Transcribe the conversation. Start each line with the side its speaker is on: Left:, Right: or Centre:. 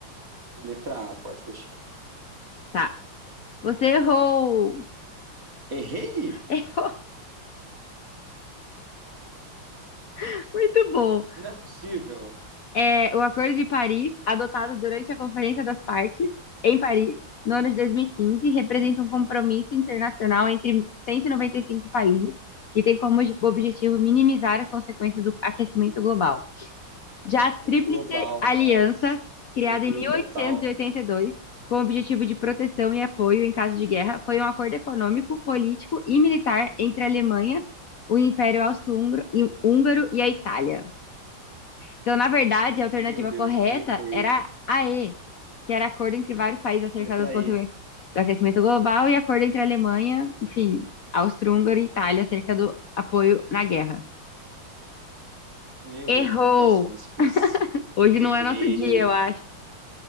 Right: letra A, pode fechar.
Left: Tá. Você errou!
Right: Errei?
Left: Errou! <laughs> Muito bom.
Right: Não é possível.
Left: é o Acordo de Paris, adotado durante a Conferência das Partes, em Paris, no ano de 2015, representa um compromisso internacional entre 195 países, que tem como ob- objetivo minimizar as consequências do aquecimento global. Já a Tríplice
Right: Global,
Left: Aliança,
Right: nossa,
Left: criada
Right: errei
Left: em 1882,
Right: total.
Left: com o objetivo de proteção e apoio em caso de guerra, foi um acordo econômico, político e militar entre a Alemanha, o Império Austro-Húngaro e a Itália. Então, na verdade, a alternativa
Right: Meu Deus,
Left: correta
Right: errei feio.
Left: era a E, que era acordo entre vários países acerca
Right: Letra
Left: das consequências
Right: E.
Left: do aquecimento global e acordo entre a Alemanha, enfim, áustria hungria e Itália acerca do apoio na guerra.
Right: Meu Deus,
Left: Errou!
Right: eu tô péssimo nesse quiz.
Left: Hoje
Right: Errei.
Left: não é nosso dia, eu acho.